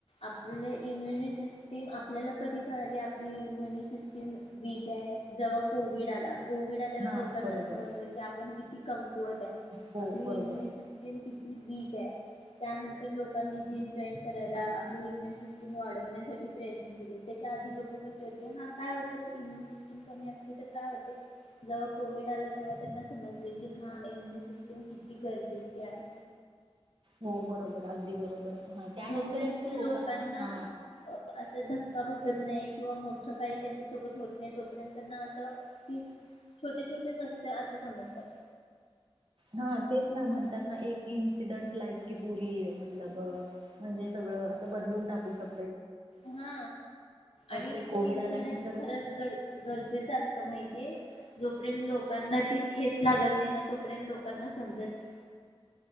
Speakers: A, on the left; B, on the right.
A: आपलं इम्युनिसिस सिस्टीम आपल्याला कधी कळाली आपली इम्युनी सिस्टीम वीक आहे जेव्हा कोविड आला कोविड आल्यावर
B: हा
A: लोकांना
B: बरोबर
A: समजलं की आपण कि की कम कुवत हाय
B: हो
A: आपली
B: बरोबर
A: इम्युनिसिस्टीम की <inaudible> त्यानंतर लोकांनी जिम जॉईन करायला आपली इम्युनी सिस्टम वाढवण्यासाठी प्रयत्न केले त्याच्या आधी लोक कसे होते हा काय होते इम्युून सिस्टम कमी असली तर काय होतय जेव्हा कोविड आला तेव्हा त्यांना समजले कि हा इम्युनि सिस्टम किती गरजेची आहे.
B: हो बरोबर अगदी बरोबर हा त्यानंतरच
A: जोपर्यंत लोकांना
B: हा
A: असं धक्का बसत बसत नाही किंवा मोठं काही त्यांच्या सोबत होत नाही तोपर्यंत त्यांना असं छोटे छोटेच असत असे समजतात.
B: हा तेच ना म्हणतात ना एक इन्सिडंट लाईफ की पुरी मतलब म्हणजे सगळं असं बदलून टाकू शक
A: हा आणि
B: ते कोविड
A: को-इन्सिडेनट
B: आल्यानंतर
A: खरंच गर गरजेचा असतो माहि जे जोपर्यंत लोकांना ती ठेच लागत नाही ना तोपर्यंत लोकांना समजत नाही.